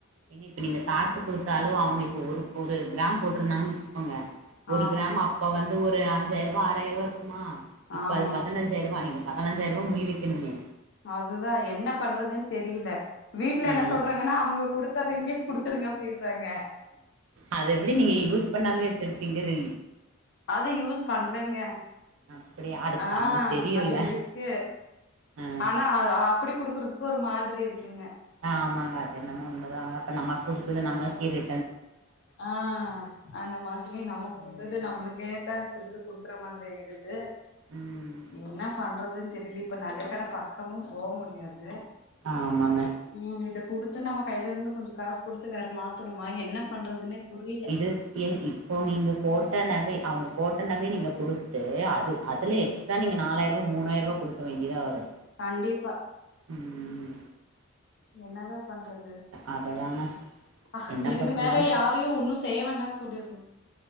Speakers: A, on the right; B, on the left.
A: ஏன்னா இப்ப நீங்க காசு குடுத்தாலு அவங்க இப்போ ஒரு ஒரு கிராம் போட்ருந்தாங்கன்னு வெச் மாங்க ஒரு
B: ஆமா
A: கிராம் அப்ப வந் து ஒரு அஞ்சாயர்ரூவா ஆறாயர்ரூவா ம்மா இப்ப
B: ஆமா
A: அது பதினஞ்சாயர்ரூவா அதிகோ பதினஞ்சாயர்ரூவா முய் வைக்கணுமே
B: அதுதா என்ன பண்றதுன்னு தெரியல வீட்ல
A: ம்.
B: என்ன சொல்றாங்கன்னா அவங்க குடுத்த ரிங்கே குடுத்துருங்க அப்டின்றாங்க
A: அத எப்டி நீங்க யூஸ் பண்ணாமே வச்சிருப்பீங்க அது
B: அது யூஸ் பண்லங்க
A: அப்படியா அது
B: ஆஹ்
A: அவங்களுக்கு தெரியுல்ல
B: அது இருக்கு
A: ஆ
B: ஆனா அது அப்பிடி குடுக்குறது ஒரு மாதிரி இருக்குங்க
A: ஆமாங்க அது என்னமோ உண்ம ர்றாங்க அப்ப நம்ம குடுத்தது நம்ம இது
B: ஆஹ் அந்த மாதிரி நம்ம குடுத்தது
A: ம்
B: நம்மளுக்கேதா திரு த்து குடுக்குற மாதிரி எடுத் து
A: ம்
B: என்ன பண்றதுன் தெரியல இப்ப நக கடை பக்கமு போ முடியாது
A: ஆமாங்க
B: ம் இத குடுத்து நம்ம கைல இருந்து கொஞ்ச காசு குடுத்து வேற மாத்தணுமா என்ன பண்றதுன்னே புரியல
A: இது ஏ இப்போ நீங்க போட்ட நகை அவங்க போட்ட நகைய நீங்க குடுத்து அது அதுல எக்ஸ்ட்ரா நீங்க நாலாயர்ரூவா மூணாயர்ரூவா குடுக்க வேண்டியதா வரு
B: கண்டிப்பா
A: உம்
B: என்னதான் பண்றது
A: அததாங்க
B: அஹ
A: என்ன
B: இதுக்கு
A: பண்றது
B: மேல யாரையும் ஒன்னும் செய்ய வேண்டாம்ன்னு சொல்லிடணும்